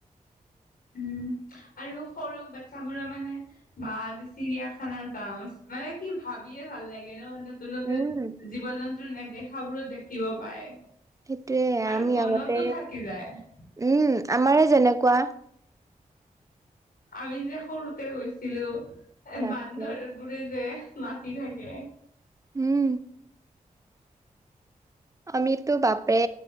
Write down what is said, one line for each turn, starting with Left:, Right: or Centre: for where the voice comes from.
Right: <inaudible>
Left: উম আৰু সৰু বাচ্ছাবোৰ মানে বা আজি চিৰিয়াখানা যাম মানে কি ভাবিয়ে ভাল লাগে ন নতুন-নতুন
Right: উম।
Left: জীৱ জন্তু নেদেখাবোৰো দেখিব৷ পায়
Right: সেইটোয়ে
Left: আৰু
Right: আমি
Left: মনতো
Right: আগতে
Left: থাকি যায়৷
Right: উম আমাৰে যেনেকুৱা৷
Left: আমি যে সৰুতে গৈছিলো এ
Right: বাপৰে
Left: বান্দৰবোৰে যে মাতি থাকে৷
Right: উম আমিতো বাপৰে